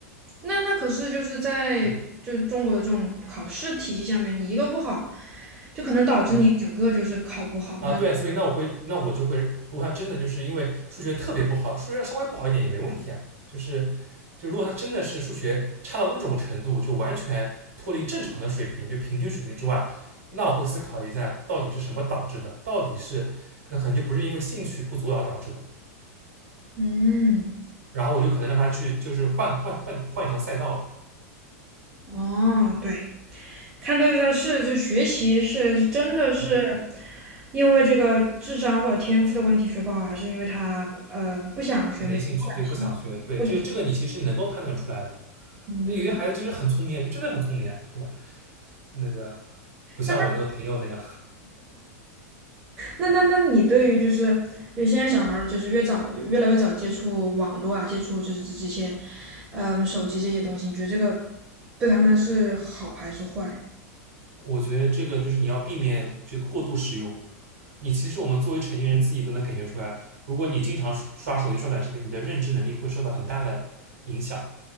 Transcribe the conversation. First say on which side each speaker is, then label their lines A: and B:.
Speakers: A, on the right; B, on the right.
A: 那那可是就是在就是中国的这种考试体系下面，
B: 嗯
A: 你一个不好，就可能导致你整个就是考不好。
B: 嗯啊，
A: 那
B: 对，所以那我会，那我就会，如果他真的就是因为数学特别不好，数学稍微不好一点也没问题啊，就是就如果他真的是数学差到那种程度，就完全脱离正常的水平，就平均水平之外。那我会思考一下，到底是什么导致的？到底是可能可能就不是因为兴趣不足而导致的，
A: 嗯，
B: 然后我就可能让他去，就是换换换换一条赛道，
A: 哦，对，看到就在是就学习是真的是
B: 嗯，
A: 因为这个智商或者天赋的问题学不好，还是因为他呃不想学，
B: 没兴趣，
A: 没有不好感兴趣，
B: 对，不想学，对，
A: 或者是
B: 这这个你其实能够判断出来的。
A: 嗯，
B: 有些孩子就是很聪明啊，就真的很聪明啊，对吧？那个不像我那个朋友那样，
A: 那那那那你对于就是有现在小孩儿就是越早越来越早接触网络啊，接触就是这这些，嗯，手机这些东西，你觉得这个对他们是好还是坏？
B: 我觉得这个就是你要避免这个过度使用。你其实我们作为成年人自己都能感觉出来，如果你经常刷手机、刷短视频，你的认知能力会受到很大的影响。